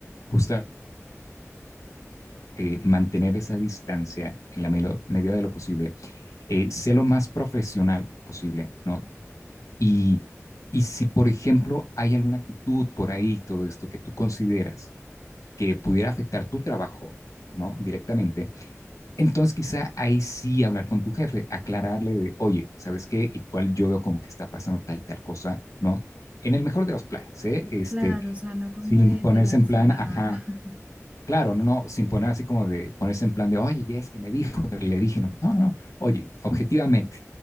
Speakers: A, on the left; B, on the right.
A: justamente eh, mantener esa distancia en la me- medida de lo posible, eh, sé lo más profesional posible, ¿no? Y, y si, por ejemplo, hay alguna actitud por ahí, todo esto que tú consideras que pudiera afectar tu trabajo, ¿no? Directamente, entonces quizá ahí sí hablar con tu jefe, aclararle de, oye, ¿sabes qué? Igual yo veo como que está pasando tal y tal cosa, ¿no? En el mejor de los planes, ¿eh? Este,
B: claro, o sea, no como
A: sin
B: de,
A: ponerse
B: de lanzar
A: en plan, ajá,
B: al agua. <laughs>
A: Claro, no, no, sin poner así como de ponerse en plan de, oye, ya es que me dijo, pero le dije, no, no, no, no. oye, objetivamente,